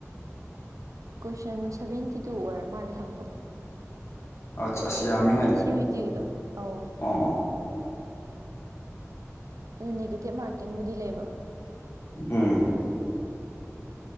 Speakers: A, on the right; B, on the left.
A: ꯀꯣꯏꯁꯟ ꯁꯕꯦꯟꯇꯤ ꯇꯨ ꯑꯣꯏꯔ ꯃꯥꯜꯂꯦ ꯍꯪꯕꯗꯣ
B: ꯑꯁ ꯑꯁ ꯌꯥꯝꯃꯤ
A: ꯁꯤꯋꯤꯇꯤꯒꯤꯗꯣ ꯑꯧ
B: ꯑꯣ
A: ꯀꯩ ꯅꯦꯒꯦꯇꯤꯞ ꯃꯥꯔꯀꯤꯡꯕꯨꯗꯤ ꯂꯩꯕ
B: ꯎꯝ